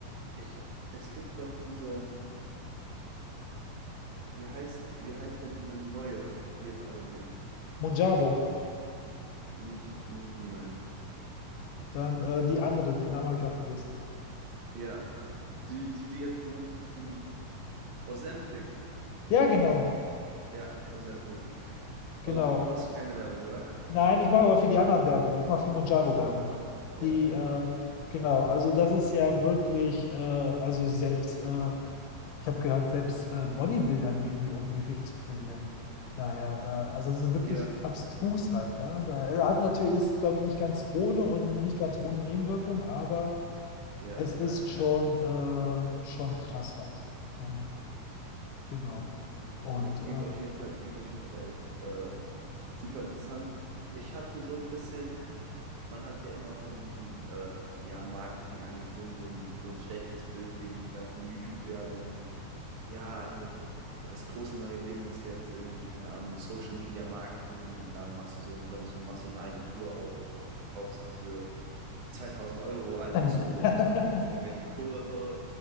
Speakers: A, on the right (about 70°); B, on the left (about 80°).
A: Ich, es gibt doch diese, wie heißt, wie heißt denn diese neue, die jetzt alle nehmen?
B: Monjaro.
A: Nicht, nicht die, meine ich.
B: Dann äh, die andere, den Namen habe ich auch vergessen.
A: Ja, die, die, die jetzt die ganzen, Ozempic.
B: Ja, genau,
A: Ja, Ozempic. <laughs>
B: genau.
A: Aber für die machst du keine Werbung, oder?
B: Nein, ich mache aber für die anderen Werbung. Ich mache für Monjaro
A: Also,
B: Werbung.
A: okay. Ja,
B: Die,
A: okay.
B: äh, genau, also das ist ja wirklich, äh, also selbst, äh, ich habe gehört, selbst äh, Bodybuilder nehmen die, um Gewicht zu verlieren. Daher, äh, also es ist wirklich
A: Ja,
B: abstrus halt, ne? Daher hat natürlich, ist, glaube ich, nicht ganz ohne und nicht ganz ohne Nebenwirkung, aber
A: ja,
B: es ist
A: ja, ja.
B: schon, äh, schon krass halt. Daher. Genau.
A: Ja.
B: Und
A: Nee, klingt
B: äh,
A: auf jeden Fall, klingt auf jeden Fall echt äh, super interessant. Ich hatte so ein bisschen. man hat ja immer von diesen äh, ja, Marketingagenturen so ein, so ein schlechtes Bild wegen dieser ganzen YouTube-Werbung. Ja, äh, das große neue Ding ist jetzt irgendwie, keine Ahnung, Social Media Marketing und dann machst du so ein, dann bist du, machst du eine Agentur auf und verkaufst dann für 2000 Euro einfach
B: <laughs>
A: so aus dem Nichts irgendwelche Kurse